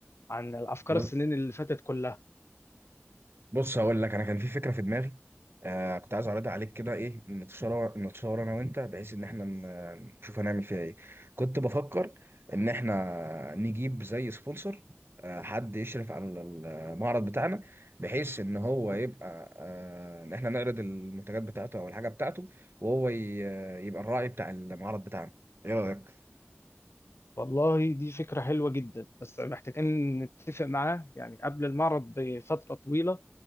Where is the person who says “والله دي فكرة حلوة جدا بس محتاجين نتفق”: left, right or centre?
Left